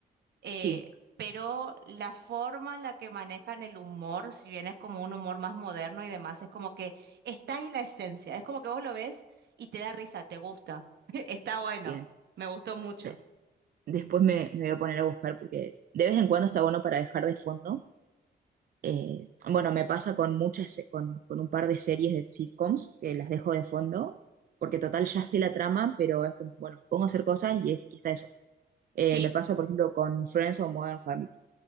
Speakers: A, on the right; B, on the right.
A: eh,
B: Sí,
A: pero la forma en la que manejan el humor, si bien es como un humor más moderno y demás, es como que está ahí la esencia, es como que vos lo ves y te da risa, te gusta, <laughs> está bueno,
B: bien.
A: me gustó mucho.
B: De- después me, me voy a poner a buscar porque de vez en cuando está bueno para dejar de fondo. Eh, bueno, me pasa con muchas, se- con, con un par de series de sitcoms que las dejo de fondo porque total ya sé la trama, pero es como, bueno, me pongo a hacer cosas y, es- y está eso. Eh,
A: Sí,
B: me pasa, por ejemplo, con Friends o Modern Family,